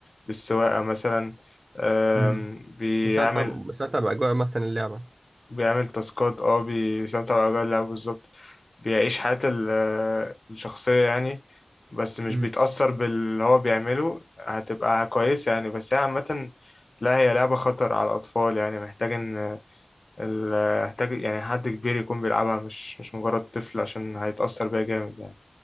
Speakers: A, on the left (about 75°); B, on the right (about 75°).
A: بالسواقه مثلا آم،
B: امم
A: بيعمل
B: مساعدة مساعدة باجواء مثلا اللعبه
A: بيعمل تاسكات اه بي- بيستمتع بأجواء اللعب بالظبط بيعيش حياة ال- آه، الشخصية يعني بس مش
B: امم
A: بيتأثر باللي هو بيعمله هتبقى كويسة يعني بس هي عامة لا هي لعبة خطر على الأطفال يعني محتاج إن ال- محتاج يعني حد كبير يكون بيلعبها مش مش مجرد طفل عشان هيتأثر بيها جامد يعني